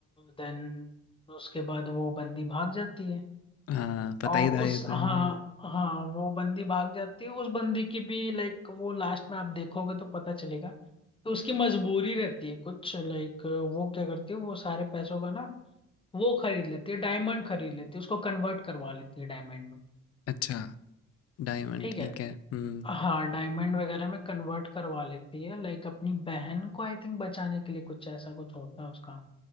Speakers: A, on the left; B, on the left.
A: देन उसके बाद वो बंदी भाग जाती है
B: हाँ पता
A: और
B: ही था ये
A: उस
B: तो
A: हाँ
B: हाँ
A: हाँ वो बंदी भाग जाती है उस बंदी की भी लाइक वो लास्ट में आप देखोगे तो पता चलेगा तो उसकी मजबूरी रहती है कुछ लाइक वो क्या करती है वो सारे पैसों का ना वो खरीद लेती है डायमंड खरीद लेती है उसको कन्वर्ट करवा लेती है डायमंड में
B: अच्छा डायमंड
A: ठीक
B: ठीक
A: है
B: है हम्म
A: हाँ डायमंड वगैरह में कन्वर्ट करवा लेती है लाइक अपनी बहन को आई थिंक बचाने के लिए कुछ ऐसा कुछ होता है उसका।